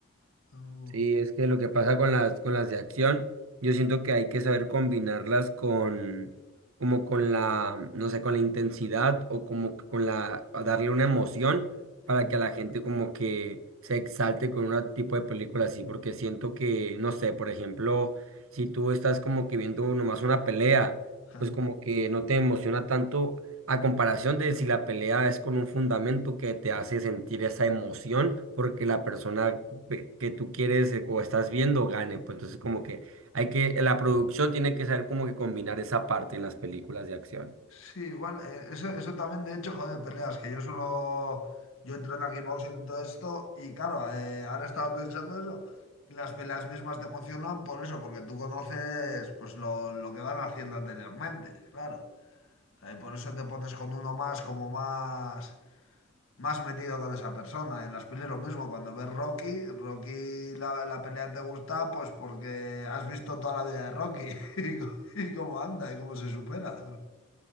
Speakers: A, on the left; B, on the right.
A: No.
B: Sí, es que lo que pasa con las, con las de acción, yo siento que hay que saber combinarlas con, como con la, no sé, con la intensidad o como que con la, a darle una emoción para
A: Mm.
B: que a la gente como que se exalte con un tipo de película así, porque siento que, no sé, por ejemplo, si tú estás como que viendo nomás una pelea,
A: Ja.
B: pues como que no te emociona tanto a comparación de si la pelea es con un fundamento que te hace sentir esa emoción porque la persona pe- que tú quieres eh, o estás viendo gane, pues entonces como que hay que, la producción tiene que saber como que combinar esa parte en las películas de acción.
A: Sí, igual, eh, eso, eso también, de hecho, joder, peleas, que yo solo, yo entreno aquí boxing y todo esto, y claro, eh, ahora he estado pensando eso, las peleas mismas te emocionan por eso, porque tú conoces, pues, lo, lo que van haciendo anteriormente, claro, O sea, y por eso te pones con uno más, como más, más metido con esa persona. En las pelis lo mismo, cuando ves Rocky, Rocky la, la pelea te gusta, pues porque has visto toda la vida de Rocky <laughs> y, co- y cómo anda y cómo se supera.